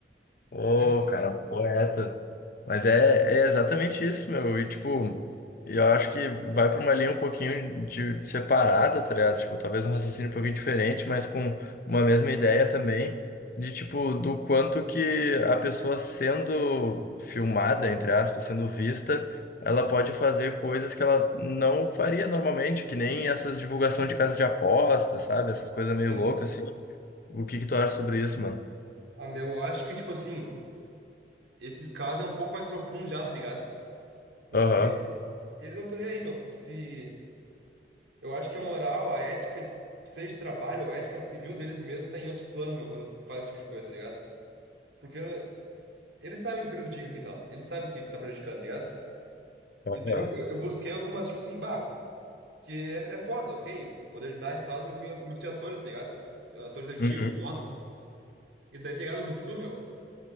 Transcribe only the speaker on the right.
É,
sim.
Ah, meu, eu acho que, tipo assim, esses casos é um pouco mais profundo já, tá ligado? Porque
eles não estão nem aí, meu. Se, eu acho que a moral, a ética, de, que seja de trabalho, ou a ética civil deles mesmos, tá em outro plano, meu, quando faz esse tipo de coisa, tá ligado? Porque eles sabem que prejudica quem tá lá. Eles sabem que tá prejudicando, tá ligado?
E daí eu, eu eu busquei algumas, tipo assim, bah, Que é, é foda, ok? Modernidade e tal, mas eu fui música de atores, tá ligado? Atores antigos,
filósofos. E daí, tá ligado? O Rousseau, meu,